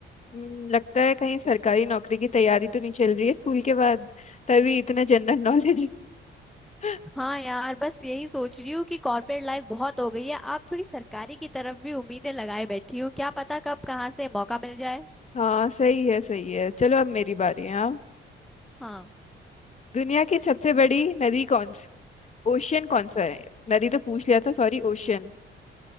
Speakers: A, on the left (about 35°); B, in the centre.
A: हम्म, लगता है कहीं सरकारी नौकरी की तैयारी तो नहीं चल रही है स्कूल के बाद तभी इतना जनरल नॉलेज <laughs>
B: हाँ यार बस यही सोच रही हूँ कि कॉर्पोरेट लाइफ बहुत हो गई है आप थोड़ी सरकारी की तरफ भी उम्मीदें लगाए बैठी हूँ क्या पता कब कहाँ से मौका मिल जाए
A: हाँ सही है सही है चलो अब मेरी बारी है हाँ
B: हाँ
A: दुनिया की सबसे बड़ी नदी कौन सी ओशियन कौन सा है नदी तो पूछ लिया था सॉरी ओशियन